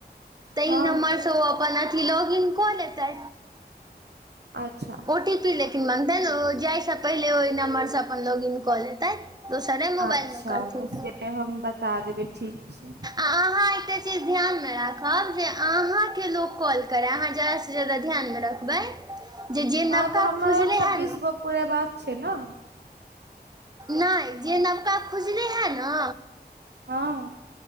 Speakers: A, on the right; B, on the right.
A: ताहि
B: हँ
A: नम्बर सँ ओ अपन। लॉगिन कऽ लेतै
B: अच्छा
A: ओटी। ओटीपी मँगतनि, जाहिसँ पहिले ओहि नम्बरसँ अपन लॉगिन कऽ लेतथि। दोसरे मोबाइलमे
B: अच्छा
A: करथिन तऽ।
B: से हम बता देबै ठीक छै
A: आ अहाँ एकटा चीज ध्यानमे राखब जे अहाँके लोक कॉल करै, अहाँ जादासँ जादा ध्यानमे रखबै जे जे
B: हँ
A: नवका
B: तऽ हमरो
A: खुजलै
B: छब्बीस
A: हँ ने।
B: गो पूरे बाक छै ने।
A: नहि, जे नवका खुजलै हँ ने।
B: हँ